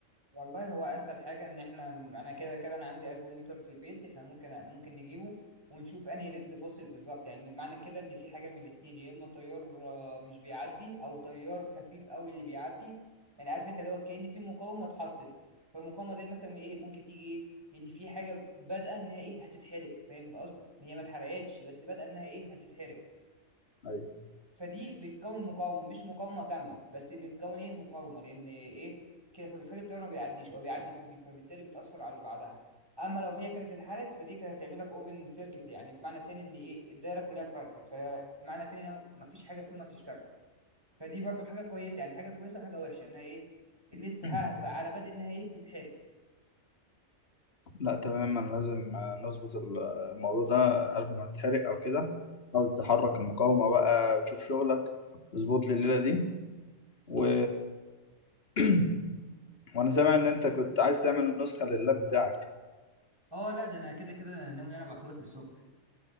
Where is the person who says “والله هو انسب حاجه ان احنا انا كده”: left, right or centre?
Right